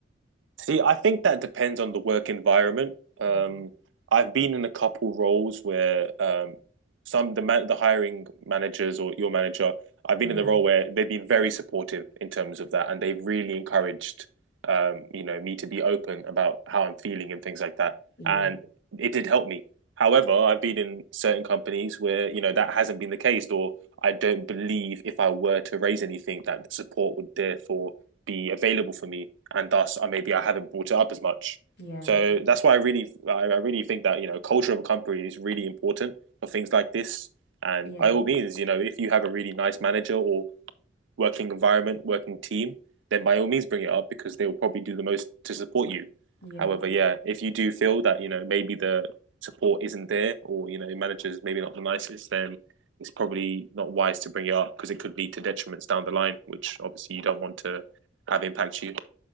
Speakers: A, on the right; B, on the left.
A: See, I think that depends on the work environment. Um,
B: Mm.
A: I've been in a couple roles where um, some the man, the hiring managers or your manager, I've been
B: Yeah,
A: in the role where they've been very supportive in terms of that, and they've really encouraged um, you know, me to be open about how I'm feeling and things like that.
B: yeah,
A: And it did help me. However, I've been in certain companies where, you know, that hasn't been the case, or I don't believe if I were to raise anything that the support would therefore be available for me and thus I maybe I haven't brought it up as much.
B: yeah,
A: So that's why I really I, really think that you know culture of a company is really important for things like this. And
B: yeah,
A: by all means, you know, if you have a really nice manager or working environment, working team, then by all means bring it up because they will probably do the most to support you.
B: yeah.
A: However, yeah, if you do feel that you know maybe the support isn't there or you know managers maybe not the nicest, then it's probably not wise to bring it up because it could lead to detriments down the line, which obviously you don't want to have impact you.